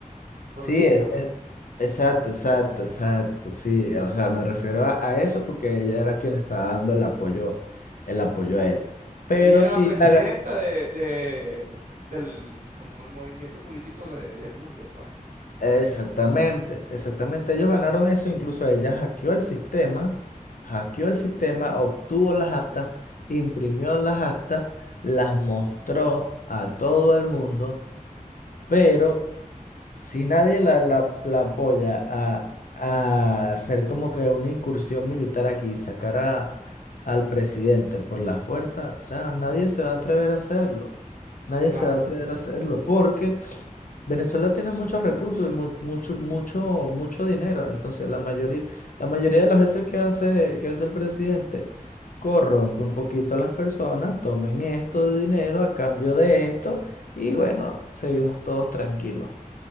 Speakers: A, on the right (about 60°); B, on the left (about 75°).
A: por
B: Sí,
A: lista.
B: es, es- exacto, exacto, exacto, sí, o sea, me refiero a, a eso porque ella era quien le estaba dando el apoyo, el apoyo a él. Pero
A: Ella era
B: sí,
A: la presidenta
B: la ga-
A: de, de- del como el movimiento político de- del mundo, pues.
B: exactamente, exactamente, ellos ganaron eso, incluso ella hackeó el sistema, hackeó el sistema, obtuvo las actas, imprimió las actas, las mostró a todo el mundo, pero Si nadie la, la, la apoya a, a hacer como que una incursión militar aquí, sacar a- al presidente por la fuerza, o sea, nadie se va a atrever a hacerlo. Nadie
A: Claro.
B: se va a atrever a hacerlo porque Venezuela tiene muchos recursos y mu- mucho, mucho, mucho dinero. Entonces, la mayoría, la mayoría de las veces que hace, que hace el presidente, corrompe un poquito a las personas, tomen esto de dinero a cambio de esto y bueno, seguimos todos tranquilos.